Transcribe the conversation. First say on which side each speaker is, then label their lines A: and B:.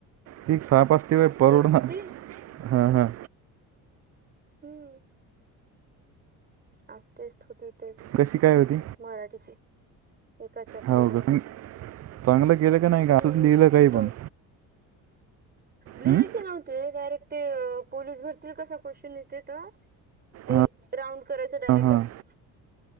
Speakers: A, on the right; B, on the right.
A: ठीक साप असते बाय
B: आज
A: परडवना
B: टेस्ट होती
A: ह हां हां
B: हम्म आज टेस्ट होती टेस्ट
A: कशी काय होती
B: मराठीची एका चॅप्टर
A: हो
B: वर
A: का चांग- चांगलं केलं का नाही
B: हम्
A: का असंच लिहिलं काही
B: दोन
A: पण
B: लिहायचे
A: हम्म?
B: नव्हते डायरेक्ट ते पोलीस भरतील कसा क्वेचंन येते तर ते
A: हां
B: राऊंड करायचं डायरेक्टच
A: हां हां